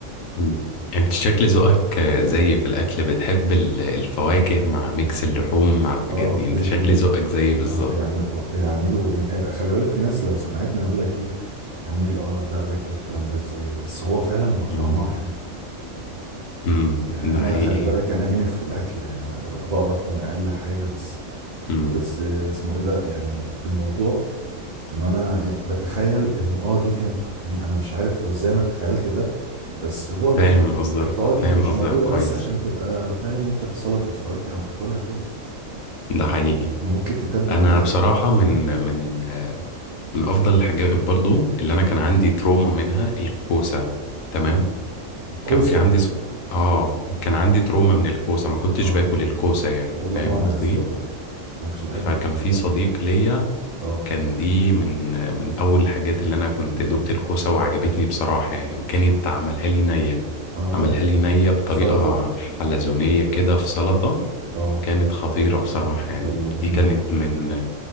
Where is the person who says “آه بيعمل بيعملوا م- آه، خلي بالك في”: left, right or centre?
Right